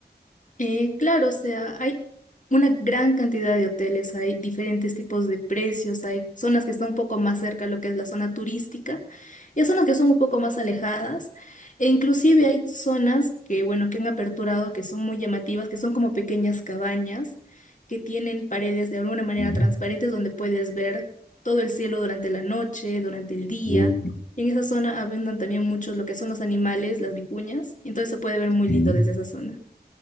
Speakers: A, on the left; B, on the left.
A: Eh, claro, o sea, hay una gran cantidad de hoteles, hay diferentes tipos de precios, hay zonas que están un poco más cerca de lo que es la zona turística y hay zonas que son un poco más alejadas. E inclusive hay zonas que, bueno, que han aperturado, que son muy llamativas, que son como pequeñas cabañas, que tienen paredes de alguna manera
B: Sí,
A: transparentes donde puedes ver todo el cielo durante la noche, durante el día.
B: uh,
A: Y en esa zona abundan también muchos lo que son los animales, las vicuñas, entonces se puede ver muy
B: sí.
A: lindo desde esa zona.